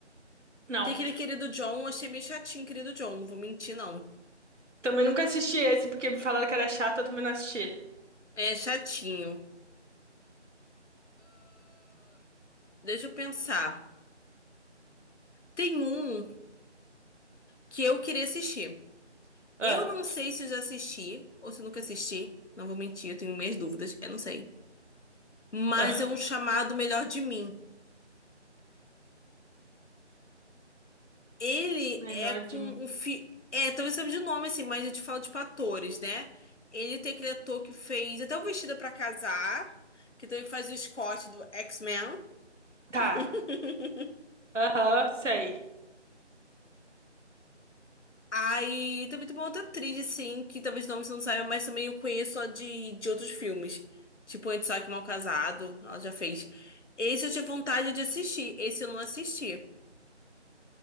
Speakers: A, on the right (about 85°); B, on the left (about 75°).
A: não.
B: Tem aquele Querido John, eu achei meio chatinho, Querido John, não vou mentir, não.
A: Também nunca assisti esse porque me falaram que era chato, eu também não assisti.
B: É chatinho. Deixa eu pensar. Tem um que eu queria assistir.
A: Ah,
B: Eu não sei se eu já assisti ou se eu nunca assisti. Não vou mentir, eu tenho minhas dúvidas. Eu não sei. Mas
A: ah.
B: é um chamado Melhor de Mim. Ele
A: Melhor
B: é com
A: de mim.
B: um fi... É, talvez seja de nome assim, mas eu te falo, tipo, atores, né? Ele tem aquele ator que fez até o Vestida pra Casar, que também faz o Scott do X-Men.
A: Tá.
B: <laughs>
A: Aham, sei.
B: Aí também tem uma outra atriz, assim, que talvez o você não saiba, mas também eu conheço só de, de outros filmes. Tipo, Antissaque Mal Casado, ela já fez. Esse eu tinha vontade de assistir, esse eu não assisti.